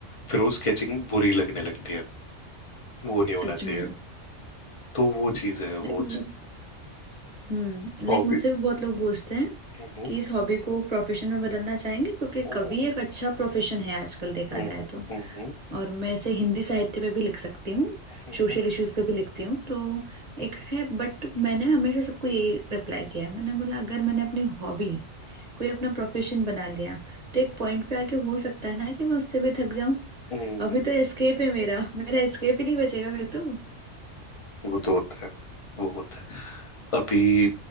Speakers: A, on the left (about 55°); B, on the right (about 40°).
A: फिर वो स्केचिंग बुरी लगने लगती है वो नहीं होना
B: सच
A: चाहिए
B: में
A: तो वो चीज है
B: लाइक
A: वो
B: हम्म लाइक
A: हॉबी
B: मुझसे भी बहुत लोग पूछते हैं
A: हम्म
B: कि इस हॉबी को प्रोफेशन में बदलना चाहेंगे क्योंकि
A: हम्म
B: कवि एक अच्छा प्रोफेशन है आजकल देखा
A: हम्म
B: जाए
A: हम्म
B: तो
A: हम्म
B: और मैं ऐसे हिंदी साहित्य पे भी लिख सकती हूँ
A: हम्म
B: सोशल
A: हम्म,
B: इश्यूज पे भी लिखती हूँ तो एक है बट मैंने हमेशा सबको ये रिप्लाई किया है मैंने बोला अगर मैंने अपनी हॉबी कोई अपना प्रोफेशन बना लिया तो एक पॉइंट पे आके हो सकता है ना कि मैं उससे भी थक जाऊं
A: हम्म,
B: अभी
A: हम्म,
B: तो एस्केप है मेरा मेरा एस्केप ही नहीं बचेगा फिर तो
A: वो तो होता है वो होता है अभी